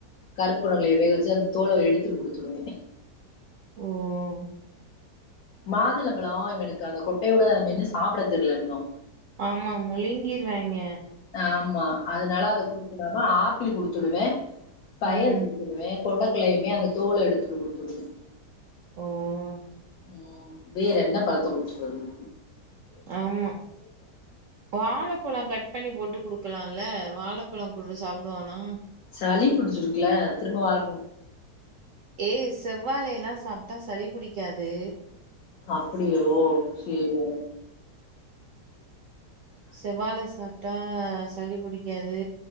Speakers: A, on the left (about 65°); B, on the right (about 65°).
A: கருப்புணங்களய வேகவெச்சு அந்த தோல எடுத்துட்டு குடுத்துருவே
B: உம்
A: மாதுளம்பழோ இவனுக்கு அந்த கொட்டையோட மென்னு சாப்ட தெரியல இன்னு
B: ஆமா முழுங்கிருவாங்க
A: ஆமா அதனால அத குடுத்துடாம ஆப்பிள் குடுத்து த்துடுவே பயர்
B: ம்
A: குடுத்துடுவே கொண்டக்கலையுமே அந்த தோல எடுத்துட்டு குடுத்துடுவே
B: உம்
A: உம் வேற என்ன பழத்த குடுத்து விடனு
B: ஆமா வாழப்பழோ கட் பண்ணி போட்டு குடுக்கலால்ல வாழப்பழ குடு சாப்டுவானா
A: சளி புடிச்சிருக்ல திரும்ப வாழ
B: ஏ செவ்வாழைல்லா சாப்ட்டா சளி பிடிக்காது
A: அப்டியோ சேரி
B: செவ்வாழ சாப்ட்டா சளி பிடிக்காது